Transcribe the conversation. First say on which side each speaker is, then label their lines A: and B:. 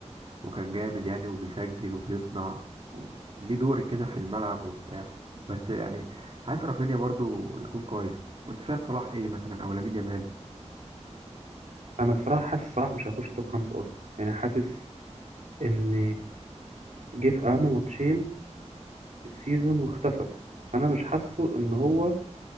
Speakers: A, on the right; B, on the right.
A: وكان جامد يعني وبيسجل وبيصنع و... ليه دور كده في الملعب وبتاع بس يعني عايز رافينيا برضو يكون كويس وانت شايف صلاح ايه مثلا او لامين يامال
B: أنا بصراحة حاسس صلاح مش هيخش توب خمسة أصلا يعني حاسس إن جه في أهم ماتشين في السيزون واختفى فأنا مش حاسه إن هو